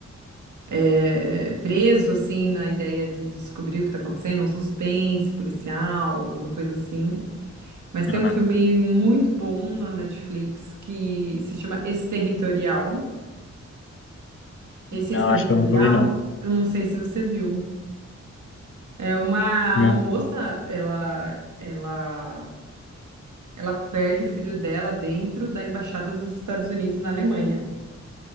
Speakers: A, on the right; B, on the left.
A: é, preso assim na ideia de descobrir o que tá acontecendo, um suspense policial, alguma coisa assim. Mas tem
B: Ah,
A: um filme muito bom na Netflix que se chama Exterritorial. Esse
B: não,
A: Exterritorial,
B: acho que eu nunca vi, não.
A: eu não sei se você viu. É uma,
B: Não.
A: uma moça, ela, ela, ela perde o filho dela dentro da embaixada dos Estados Unidos na Alemanha.